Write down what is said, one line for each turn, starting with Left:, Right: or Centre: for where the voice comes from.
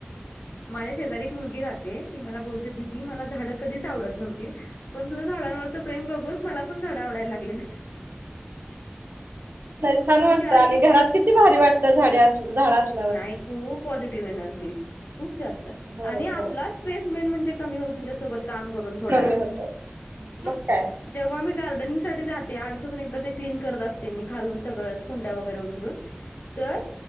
Left: माझ्या शेजारी एक मुलगी राहते. ती मला बोलते. दिदी, मला झाडं कधीच आवडत नव्हती. पण तुझं झाडांवरच प्रेम बघून. मला पण झाडं आवडायला लागलेत.
Right: नाही छान वाटतं
Left: तिची आई
Right: आणि घरात किती भारी वाटतं, झाडे अस, झाडं अस
Left: नाही खूप पॉझिटिव्ह एनर्जी, खूप जास्त.
Right: हो
Left: आणि आपलाच
Right: हो
Left: ट्रेस मेन म्हणजे कमी होतो, तुमच्यासोबत काम करून थोडा.
Right: कमी होत
Left: हं.
Right: मग काय
Left: जेव्हा मी गार्डनिंग साठी जाते, आट दिवसातून एकदा ते क्लीन करत असते मी. खालून सगळंच. कुंड्या वगैरे उचलून. तर